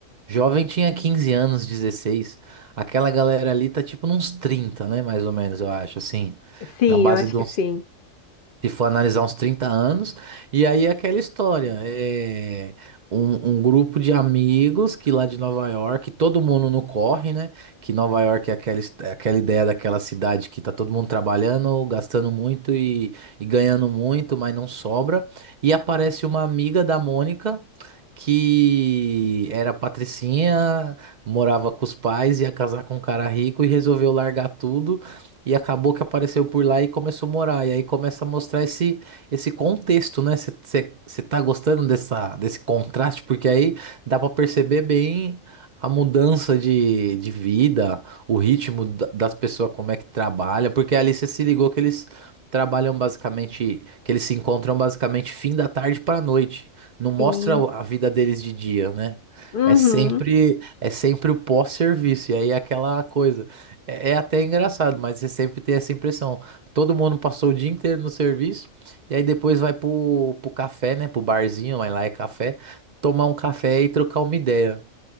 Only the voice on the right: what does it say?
jovem tinha 15 anos, dezesseis Aquela galera ali tá tipo nos trinta né? Mais ou menos, eu acho, assim.
Na base
de
uns
se for analisar uns 30 anos, e aí é aquela história, é um, um grupo de amigos que lá de Nova York, todo mundo no corre, né? Que Nova York é aquela, his- é aquela ideia daquela cidade que tá todo mundo trabalhando, gastando muito e, e ganhando muito, mas não sobra. E aparece uma amiga da Mônica que era patricinha, morava com os pais, ia casar com um cara rico e resolveu largar tudo e acabou que apareceu por lá e começou a morar. E aí começa a mostrar esse, esse contexto, né? Você tá gostando dessa, desse contraste? Porque aí dá pra perceber bem a mudança de, de vida, o ritmo da- das pessoas, como é que trabalha. Porque ali você se ligou que eles trabalham basicamente, que eles se encontram basicamente fim da tarde pra noite. Não mostra
a vida deles de dia, né?
É sempre, é sempre o pós-serviço. E aí é aquela coisa. É, é até engraçado, mas você sempre tem essa impressão. Todo mundo passou o dia inteiro no serviço e aí depois vai pro, pro café, né? Pro barzinho, vai lá é café, tomar um café e trocar uma ideia.